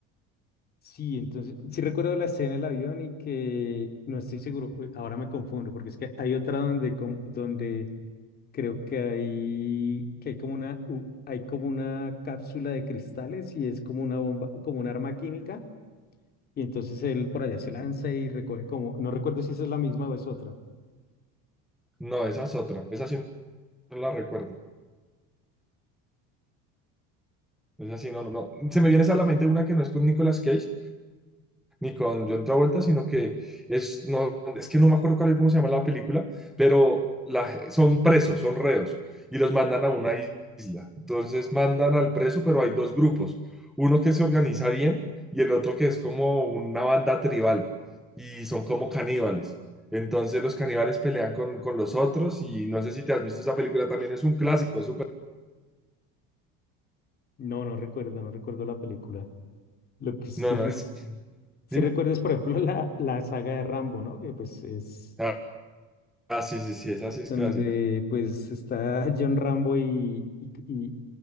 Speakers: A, on the left (about 30°); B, in the centre.
A: Sí, entonces, sí recuerdo la escena del avión y que no estoy seguro, uy, ahora me confundo, porque es que hay otra donde, como- donde creo que hay, que hay como una, u- hay como una cápsula de cristales y es como una bomba, como un arma química, y entonces él por allá se lanza y recoge como, no recuerdo si esa es la misma o es otra.
B: No, esa es otra. Esa sí no la recuerdo. Esa sí no, no, no. Se me viene esa a la mente una que no es con Nicolas Cage, ni con John Travolta, sino que es, no, es que no me acuerdo cuál, es, cómo se llama la película, pero la- son presos, son reos, y los mandan a una isla. Entonces mandan al preso, pero hay dos grupos, uno que se organiza bien y el otro que es como una banda tribal, y son como caníbales. Entonces los caníbales pelean con, con los otros y no sé si te has visto esa película, también es un clásico, es súper...
A: No, no recuerdo, no recuerdo la película. Lo que sí,
B: No, no,
A: re-
B: es-
A: sí
B: dime.
A: recuerdo es, por ejemplo, <laughs> la, la saga de Rambo, ¿no? Que pues es...
B: Ah, ah, sí, sí, sí, esa sí es
A: donde
B: clásica.
A: pues está John Rambo y, y, y-